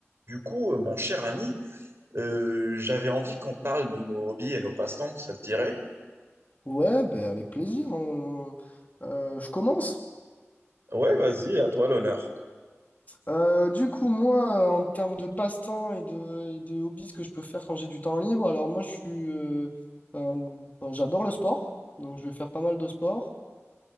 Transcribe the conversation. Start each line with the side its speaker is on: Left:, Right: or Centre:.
Right: Du coup, euh, mon cher ami, euh, j'avais envie qu'on parle de nos hobbies et nos passe-temps, ça te dirait?
Left: Ouais, ben avec plaisir. on- euh, je commence.
Right: Ouais, vas-y, à toi l'honneur.
Left: Euh, du coup, moi, euh, en termes de passe-temps et de, et de hobbies que je peux faire quand j'ai du temps libre, alors moi, je suis, euh, un- enfin, j'adore le sport, donc je vais faire pas mal de sport.